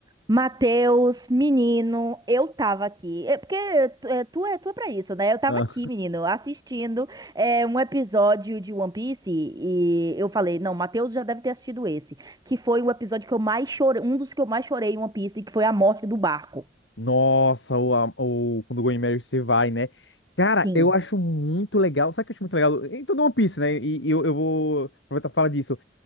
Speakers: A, on the right; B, on the left.
A: Mateus, menino, eu tava aqui. É porque é, tu é tu é pra isso, né? Eu tava
B: Ah.
A: aqui, menino, assistindo é, um episódio de One Piece e eu falei, não, Mateus já deve ter assistido esse, que foi o episódio que eu mais chorei, um dos que eu mais chorei em One Piece, que foi a morte do barco.
B: Nossa, o, a- o quando o Going Mary se vai, né? Cara,
A: Sim.
B: eu acho muito legal. Sabe o que eu acho muito legal? Em todo One Piece, né? E, e eu, eu vou aproveitar e falar disso.